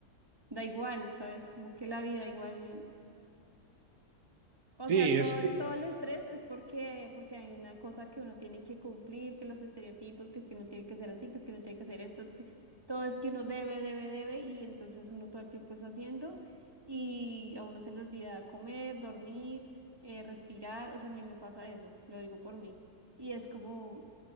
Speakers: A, on the right (about 15°); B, on the right (about 65°).
A: Da igual, ¿sabes? Como que la vida igual o
B: Sí,
A: sea, todo
B: es que
A: el, todo el estrés es porque, porque hay una cosa que uno tiene que cumplir, que los estereotipos, que es que uno tiene que ser así, que es que uno tiene que hacer esto, que- todo es que uno debe, debe, debe, y entonces uno todo el tiempo está haciendo y a uno se le olvida comer, dormir, eh, respirar, o sea, a mí me pasa eso, lo digo por mí, y es como,